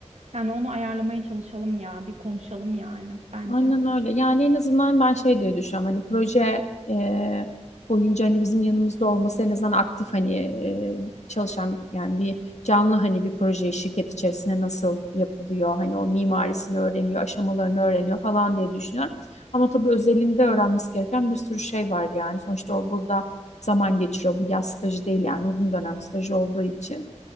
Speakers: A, on the right; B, on the left.
A: Yani onu ayarlamaya çalışalım ya, bir konuşalım yani bence.
B: Aynen öyle. Yani en azından ben şey diye düşünüyorum hani proje e, boyunca hani bizim yanımızda olması en azından aktif hani e, çalışan yani bir canlı hani bir proje şirket içerisinde nasıl yapılıyor hani o mimarisini öğreniyor aşamalarını öğreniyor falan diye düşünüyorum. Ama tabii özelinde öğrenmesi gereken bir sürü şey var yani sonuçta o burada zaman geçiriyor bu yaz stajı değil yani uzun dönem stajı olduğu için.